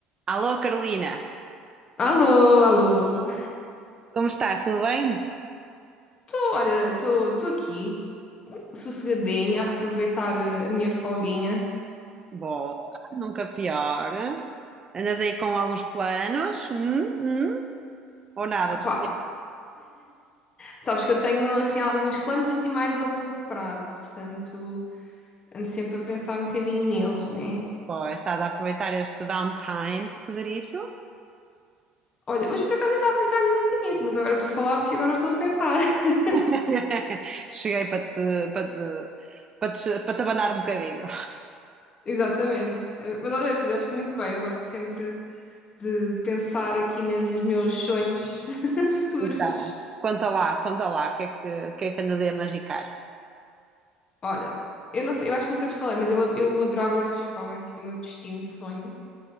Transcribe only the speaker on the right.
Alô, Carolina,
como estás? Tudo bem?
Boa, nunca pior. Andas aí com alguns planos? Hum, hum? Ou nada
de especial?
Ou estás a aproveitar este downtime para fazer isso?
<laughs> Cheguei para te, para te, para te, para te abanar um bocadinho.
Então, conta lá, conta lá, o que é que, o que é que andas aí a magicar?